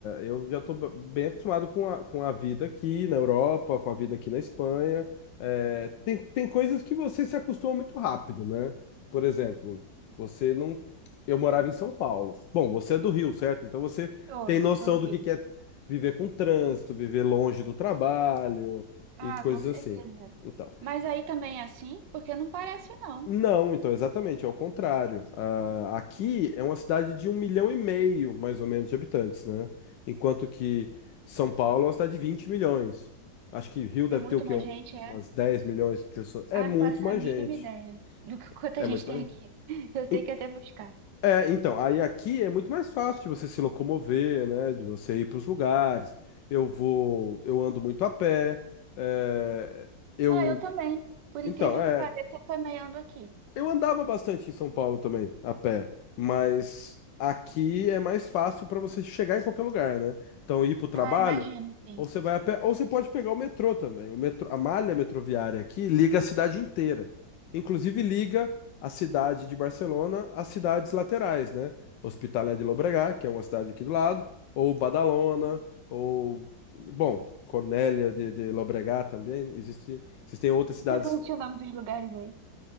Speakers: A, on the left; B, on the right.
A: eu já estou bem acostumado com a, com a vida aqui na Europa, com a vida aqui na Espanha. É, tem, tem coisas que você se acostuma muito rápido, né? Por exemplo, você não. Eu morava em São Paulo. Bom, você é do Rio, certo? Então você
B: Tô,
A: tem noção
B: tô doente.
A: do que que é viver com trânsito, viver longe do trabalho
B: Ah,
A: e coisas
B: com certeza.
A: assim. Então.
B: Mas aí também é assim? Porque não parece não.
A: Não, então, exatamente, é o contrário. Ah, aqui é uma cidade de um milhão e meio, mais ou menos, de habitantes, né? Enquanto que São Paulo é uma cidade de 20 milhões. Acho que Rio deve
B: Tem muito
A: ter o quê?
B: mais
A: Um-
B: gente, é?
A: Umas 10 milhões de pessoas. É
B: Ah,
A: muito
B: não faço
A: mais
B: a mínima
A: gente.
B: ideia do que quanta
A: É
B: gente
A: muito mais.
B: tem aqui. <laughs> Eu tenho
A: E-
B: que até buscar.
A: É, então, aí aqui é muito mais fácil de você se locomover, né? De você ir para os lugares. Eu vou, eu ando muito a pé. é, eu,
B: Ah, eu também. Por incrível
A: então, é.
B: que pareça, eu também ando aqui.
A: Eu andava bastante em São Paulo também, a pé, mas aqui é mais fácil para você chegar em qualquer lugar, né? Então, ir para o trabalho,
B: Ah, imagino, sim.
A: ou você vai a pé, ou você pode pegar o metrô também. O metrô, a malha metroviária aqui liga a cidade inteira. Inclusive, liga a cidade de Barcelona às cidades laterais, né? Hospitalet de Llobregat, que é uma cidade aqui do lado, ou Badalona, ou, bom, Cornellà de, de Llobregat também. Existe, existem outras
B: <laughs>
A: cidades.
B: Você falou o nome dos lugares aí.